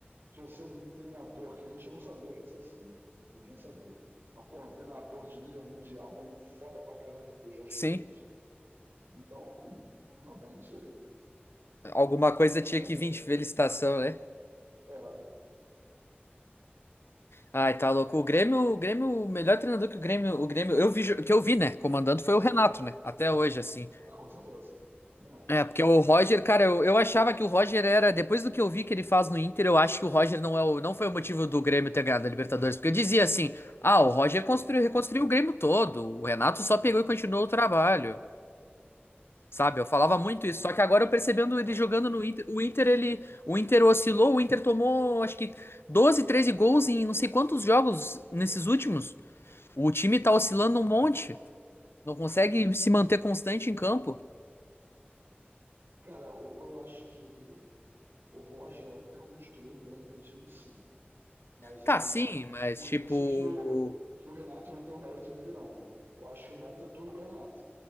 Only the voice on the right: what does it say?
trouxemos um treinador que a gente não sabia que ia ser assim, né? Ninguém sabia. Mas, pô, um treinador de nível mundial, maluco foda pra caraca, que foi o Jorge
Jesus. Então, hum, realmente,
merece
muito.
É,
ah, com certeza. Também acho.
É,
cara, eu, eu, acho que o Roger até construiu bem aquele time, sim. Mas
não
é
por
isso que o, que o Renato não tem o mérito dele, não. Eu acho que o mérito é todo do Renato.